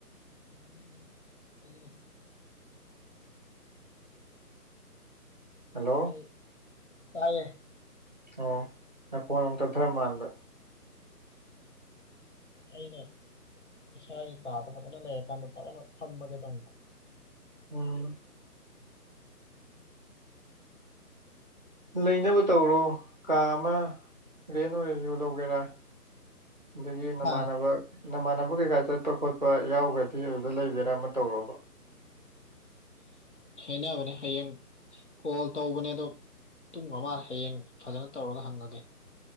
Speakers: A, on the left (about 45°); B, on the right (about 30°).
A: ꯎꯝ ꯎꯝ
B: ꯍꯜꯂꯣ
A: ꯑꯩ ꯀꯥꯏ
B: ꯑꯧ ꯅꯈꯣꯟ ꯑꯃꯨꯛ ꯇꯞꯊꯔꯛꯄ ꯃꯥꯟꯕ
A: ꯑꯩꯅ ꯏꯁꯥꯒꯤ ꯀꯥꯗ ꯐꯖꯅ ꯂꯩꯔ ꯀꯥꯟꯗ ꯐꯖꯅ ꯐꯝꯃꯒ ꯇꯧꯅꯤꯡꯕ
B: ꯎꯝ ꯂꯩꯅꯕ ꯇꯧꯔꯣ ꯀꯥ ꯑꯃ ꯔꯦꯟ ꯑꯣꯏꯔꯁꯨ ꯂꯧꯒꯦꯔꯥ ꯑꯗꯒꯤ ꯅꯃꯥꯟꯅꯕ
A: ꯑꯥ
B: ꯅꯃꯥꯟꯅꯕ ꯀꯩꯀꯥ ꯆꯠꯄ ꯈꯣꯠꯄ ꯌꯥꯎꯈ꯭ꯔꯗꯤ ꯑꯗꯨꯗ ꯂꯩꯒꯦꯔꯥ ꯑꯃ ꯇꯧꯔꯣꯕ
A: ꯍꯥꯏꯅꯕꯅꯦ ꯍꯌꯦꯡ ꯀꯣꯜ ꯇꯧꯕꯅꯦ ꯑꯗꯣ ꯇꯨꯝꯒꯔ ꯃꯥꯜꯂꯦ ꯍꯌꯦꯡ ꯐꯖꯅ ꯇꯧꯔꯒ ꯍꯪꯉꯒꯦ